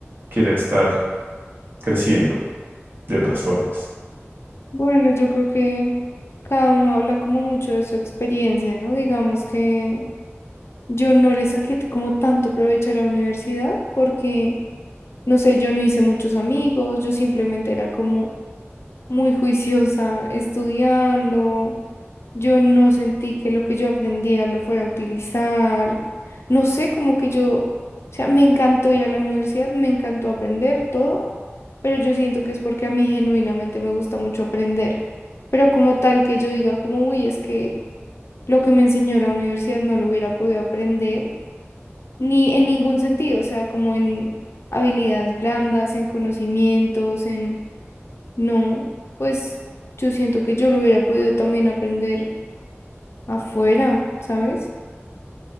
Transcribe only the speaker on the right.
quiera estar creciendo de otras formas.